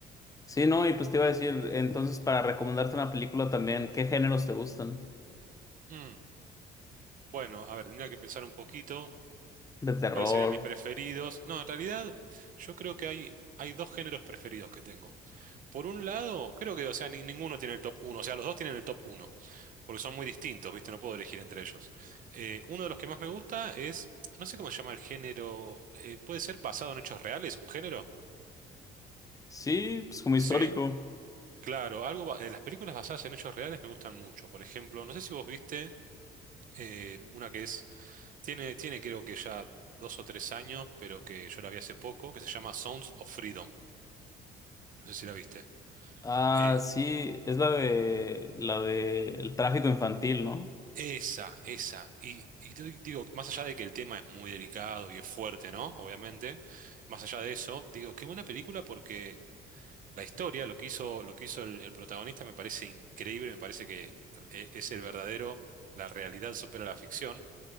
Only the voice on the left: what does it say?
sí, no, y pues te iba a decir, entonces para recomendarte una película también, ¿qué géneros te gustan?
De terror.
Sí, pues como
histórico.
Ah,
sí, es la de la de el tráfico infantil, ¿no?